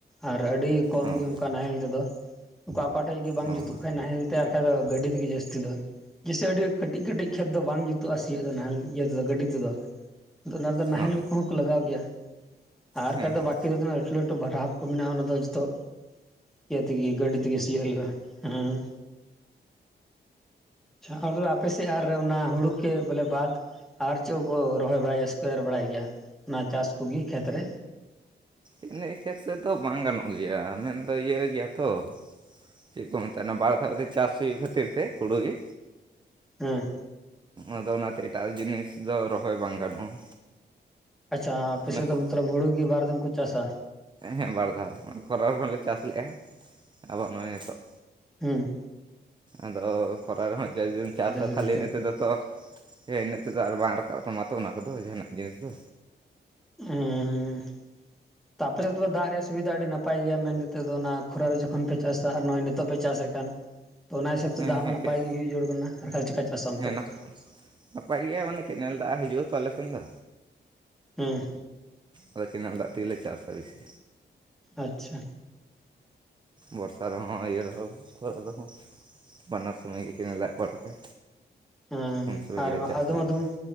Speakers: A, in the centre; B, on the right.
A: ᱟᱨ ᱟᱹᱰᱤ ᱠᱚᱢ
B: ᱦᱚᱸ
A: ᱜᱮ ᱚᱱᱠᱟ ᱱᱟᱦᱮᱞ ᱛᱮᱫᱚ ᱚᱠᱟ ᱚᱠᱟ ᱴᱷᱮᱡ ᱜᱮ ᱵᱟᱝ
B: ᱦᱚᱸ
A: ᱡᱩᱛᱩᱜ ᱠᱷᱟᱡ ᱱᱟᱦᱮᱞ ᱛᱮ ᱟᱨ ᱵᱟᱠᱷᱟᱡ ᱫᱚ ᱜᱟᱹᱰᱤ ᱛᱮᱜᱮ ᱡᱟᱹᱥᱛᱤ ᱫᱚ ᱡᱮᱭᱥᱮ ᱟᱹᱰᱤ ᱠᱟᱹᱴᱤᱡ ᱠᱟᱹᱴᱤᱡ ᱠᱷᱮᱛ ᱫᱚ ᱵᱟᱝ ᱡᱩᱛᱩᱜᱼᱟ, ᱥᱤᱭᱳᱜ ᱫᱚ ᱱᱟᱦᱮᱞ ᱤᱭᱟᱹ ᱛᱮᱫᱚ ᱜᱟᱹᱰᱤ ᱛᱮᱫᱚ᱾ ᱟᱫᱚ ᱚᱱᱟ ᱨᱮᱫᱚ ᱱᱟᱦᱮᱞ
B: ᱦᱚᱸ
A: ᱠᱚ ᱠᱚᱦᱚᱸ ᱠᱚ ᱞᱟᱜᱟᱣ ᱜᱮᱭᱟ᱾ ᱟᱨ
B: ᱦᱮᱸ ᱦᱮᱸ
A: ᱵᱟᱠᱤ ᱫᱚ ᱩᱱᱟᱹᱜ ᱞᱟᱹᱴᱩ-ᱞᱟᱹᱴᱩ ᱵᱷᱟᱰᱟᱵ ᱠᱚ ᱢᱮᱱᱟᱜᱼᱟ᱾ ᱚᱱᱟ ᱫᱚ ᱡᱚᱛᱚᱜ ᱤᱭᱟᱹ ᱛᱮᱜᱮ ᱜᱟᱹᱰᱤ ᱛᱮᱜᱮ ᱥᱤᱭᱳᱜ ᱦᱩᱭᱩᱜᱼᱟ᱾ ᱦᱮᱸ ᱟᱪᱪᱷᱟ ᱟᱫᱚ ᱟᱯᱮᱥᱮᱫ ᱟᱨ ᱚᱱᱟ ᱦᱩᱲᱩ ᱠᱤ ᱵᱚᱞᱮ ᱵᱟᱫ ᱟᱨ ᱪᱮᱫ ᱠᱚ ᱨᱚᱦᱚᱭ ᱵᱟᱲᱟᱭᱟ ᱥᱮᱠᱚ ᱮᱨ ᱵᱟᱲᱟᱭ ᱜᱮᱭᱟ ᱚᱱᱟ ᱪᱟᱥ ᱠᱚᱜᱮ ᱠᱷᱮᱛᱨᱮ
B: ᱤᱱᱟᱹ ᱠᱷᱮᱛ ᱥᱮᱫ ᱫᱚ ᱵᱟᱝ ᱜᱟᱱᱚᱜ ᱜᱮᱭᱟ ᱢᱮᱱᱫᱚ ᱤᱭᱟᱹ ᱜᱮᱭᱟ ᱛᱚ ᱪᱮᱫ ᱠᱚ ᱢᱮᱛᱟᱜ ᱟ ᱵᱟᱨ ᱫᱷᱟᱣᱛᱮ ᱪᱟᱥ ᱦᱩᱭᱩᱜ ᱠᱷᱟᱹᱛᱤᱨ ᱛᱮ ᱦᱩᱲᱩ ᱜᱮ
A: ᱦᱮᱸ
B: ᱟᱫᱚ ᱚᱱᱟᱛᱮ ᱮᱴᱟᱜ ᱡᱤᱱᱤᱥ ᱫᱚ ᱨᱚᱦᱚᱭ ᱵᱟᱝ ᱜᱟᱱᱚᱜᱼᱟ᱾
A: ᱟᱪᱪᱷᱟ ᱟᱯᱮᱥᱮᱫ
B: ᱚᱱᱟ ᱠᱚ
A: ᱫᱚ ᱢᱟᱛᱞᱚᱵ ᱦᱩᱲᱩ ᱜᱮ ᱵᱟᱨᱫᱚᱢ ᱠᱚ ᱪᱟᱥᱟ?
B: ᱦᱮᱸ ᱵᱟᱨ ᱫᱷᱟᱣ ᱠᱷᱚᱨᱟ ᱨᱮᱦᱚᱸ ᱞᱮ ᱪᱟᱥ ᱞᱮᱜᱼᱟ᱾ ᱟᱵᱚ ᱱᱚᱜᱼᱚᱭ ᱱᱤᱛᱚᱜ
A: ᱦᱮᱸ
B: ᱟᱫᱚ ᱠᱷᱚᱨᱟ ᱨᱮᱦᱚᱸ ᱡᱩᱫᱤᱢ ᱪᱟᱥᱟ
A: ᱪᱤᱠᱟᱹᱛᱮ
B: ᱛᱟᱦᱚᱞᱮ ᱤᱱᱟᱹ ᱛᱮᱫᱚ ᱛᱚ ᱦᱮᱸ ᱤᱱᱟᱹᱜ ᱛᱮᱫᱚ ᱟᱨ ᱵᱟᱝ ᱨᱟᱠᱟᱵ ᱛᱟᱢᱟ ᱛᱚ ᱚᱱᱟ ᱠᱚᱫᱚ ᱡᱟᱦᱟᱱᱟᱜ ᱡᱤᱱᱤᱥ ᱫᱚ
A: ᱦᱩᱸ ᱛᱚ ᱟᱯᱮ ᱥᱮᱫ ᱫᱟᱜ ᱨᱮᱭᱟᱜ ᱥᱩᱵᱤᱫᱷᱟ ᱟᱹᱰᱤ ᱱᱟᱯᱟᱭ ᱜᱮᱭᱟ ᱢᱮᱱ ᱠᱟᱛᱮᱫ ᱫᱚ ᱚᱱᱟ ᱠᱷᱚᱨᱟ ᱡᱚᱠᱷᱚᱱ ᱯᱮ ᱪᱟᱥᱟ ᱟᱨ ᱱᱚᱜᱼᱚᱭ ᱱᱤᱛᱚᱜ ᱯᱮ ᱪᱟᱥᱮᱫ ᱠᱟᱱ ᱛᱚ ᱚᱱᱟ ᱦᱤᱥᱟᱹᱵ
B: ᱦᱮᱸ
A: ᱛᱮ ᱫᱟᱜ
B: ᱦᱮᱸ
A: ᱦᱚᱸ ᱱᱟᱯᱟᱭ
B: ᱠᱟᱹᱡ
A: ᱜᱮ ᱦᱩᱭᱩᱜ ᱡᱟᱹᱨᱩᱲ ᱠᱟᱱᱟ ᱟᱨ ᱪᱤᱠᱟ ᱪᱟᱥᱟᱢ ᱮᱱᱛᱮᱫ
B: ᱦᱮᱸ ᱱᱮᱯ ᱱᱟᱯᱟᱭ ᱜᱮᱭᱟ ᱢᱟᱱᱮ ᱠᱮᱱᱮᱞ ᱫᱟᱜ ᱦᱤᱡᱩᱜ-ᱟ ᱛᱚ ᱟᱞᱮ ᱥᱮᱱ ᱫᱚ
A: ᱦᱮᱸ
B: ᱟᱫᱚ ᱠᱮᱱᱮᱞ ᱫᱟᱜ ᱛᱮᱜᱮᱞᱮ ᱪᱟᱥᱟ ᱵᱮᱥᱤ᱾
A: ᱟᱪᱪᱷᱟ᱾
B: ᱵᱚᱨᱥᱟ ᱨᱮᱦᱚᱸ ᱤᱭᱟᱹ ᱨᱮᱦᱚᱸ ᱠᱷᱚᱨᱟ ᱨᱮᱦᱚᱸ ᱵᱟᱱᱟᱨ ᱥᱚᱢᱚᱭ ᱜᱮ ᱠᱮᱱᱮᱞ ᱫᱟᱜ ᱠᱚ ᱟᱲᱟᱜᱟ
A: ᱦᱮᱸ
B: ᱩᱱ ᱥᱚᱢᱚᱭ
A: ᱟᱨ
B: ᱜᱮᱞᱮ ᱪᱟᱥᱟ
A: ᱟᱫᱚᱢ
B: ᱱᱚᱛᱮ
A: ᱟᱫᱚᱢ